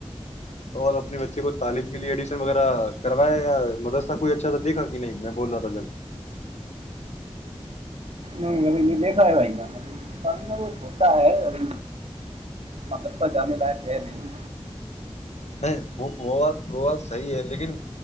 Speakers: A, on the left; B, on the right.
A: اور اپنے بچے کو تعلیم کے لیے ایڈمیشن وغیرہ کروایا یا مدرسہ کوئی اچھا تھا دیکھا کہ نہیں میں بول رہا تھا جب
B: نہیں ابھی نہیں دیکھا ہے بھیا م نہیں دیکھا نا وہ چھوٹا ہے ابھی مدرسہ جانے لائق ہے نہیں
A: نہیں وہ ب وہ بات صحیح ہے لیکن